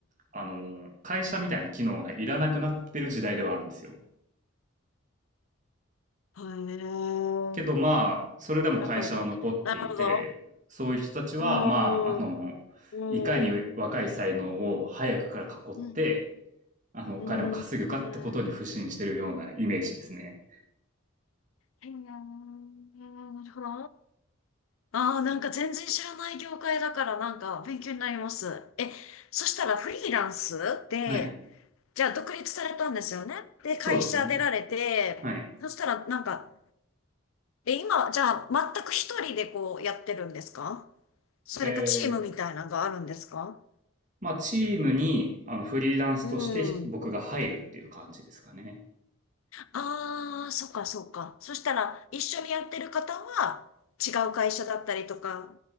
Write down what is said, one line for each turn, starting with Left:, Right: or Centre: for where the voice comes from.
Right: あの、会社みたいな機能がいらなくなってる時代ではあるんですよ。
Left: へえ。
Right: けどまあ、それでも会社は残っていて、
Left: なるほど。なるほど。
Right: そういう人たちは、
Left: うん。
Right: まあ、あの、
Left: うん。
Right: いかに若い才能を早くから囲って、
Left: うん。
Right: あの、お金を稼ぐかってことに腐心してるようなイメージですね。
Left: うん。うんへえなるほど。ああ、なんか全然知らない業界だからなんか勉強になります。え、そしたらフリーランスで、
Right: はい。
Left: じゃあ独立されたんですよね。で、
Right: そうですね。
Left: 会社出られて、
Right: はい。
Left: そしたらなんか、え、今、じゃあ全く一人でこうやってるんですかそれかチームみたいなのがあるんですか
Right: えー、まあ、チームに、あの、フリーランスとして僕が入るっていう感じですかね。
Left: うん。ああ、そっかそっか。そしたら、一緒にやってる方は、違う会社だったりとか、